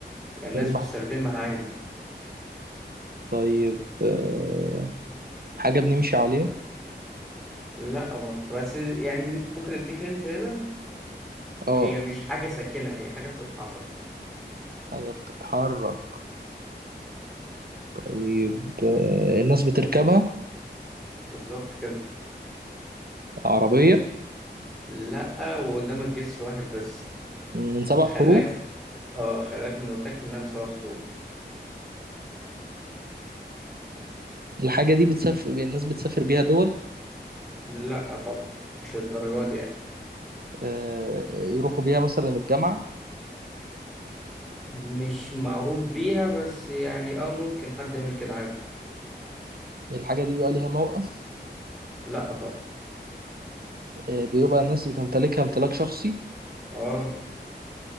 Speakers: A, in the centre; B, on the right (about 55°).
A: يعني الناس
B: يعني مع...
A: بتستخدمها عادي
B: طيب آه، حاجة بنمشي عليها
A: لا برضه بس يعني ممكن أديك هنت هنا
B: اه
A: هي مش حاجة ساكنة هي حاجة بتتحرك
B: حاجة بتتحرك طيب آه، الناس بتركبها
A: بالظبط كده
B: عربية
A: لا وقدامك جيش واحد بس
B: من سبع
A: خلي
B: حروف
A: بالك اه خلي بالك من قلت لك انها مسابقة حروب
B: الحاجة دي بتسافر الناس بتسافر بيها دول
A: لا طبعا مش الدرجات دي يعني
B: آه، يروحوا بيها مثلا الجامعة
A: مش معروف بيها بس يعني اه ممكن حد يعمل كده عادي
B: الحاجة دي بيبقى ليها موقف
A: لا طبعا
B: آه، بيبقى الناس بتمتلكها امتلاك شخصي
A: اه